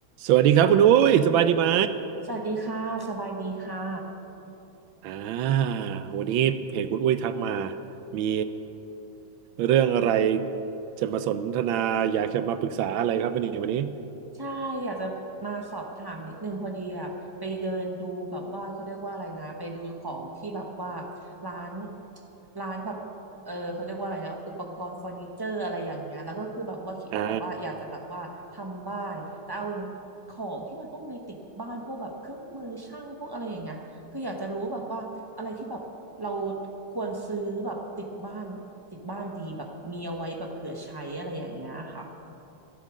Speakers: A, on the right; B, on the right.
A: สวัสดีครับคุณอุ้ยสบายดีไหม
B: สวัสดีค่ะสบายดีค่ะ
A: อ่าวันนี้เพจคุณอุ้ยทักมา มีเรื่องอะไรจะมาสนทนาอยากจะมาปรึกษาอะไรครับวันนี้วันนี้
B: ใช่อยากจะมาสอบถามนิดนึงพอดีอะไปเดินดูแบบว่าเขาเรียกว่าอะไรนะไปดูของที่แบบว่าร้านร้านแบบเออเขาเรียกว่าอะไรนะอุปกรณ์เฟอร์นิเจอร์อะไรอย่างเงี้ยแล้วก็คือแบบว่าคิดว่าแบบว่าอยากจะแบบว่าทำบ้านแต่เอา
A: อ่า
B: ของที่มันต้องมีติดบ้านพวกแบบเครื่องมือช่างพวกอะไรอย่างเงี้ยคืออยากจะรู้แบบว่าอะไรที่แบบเราควรซื้อแบบติดบ้านติดบ้านดีแบบมีเอาไว้แบบเผื่อใช้อะไรอย่างเงี้ยค่ะ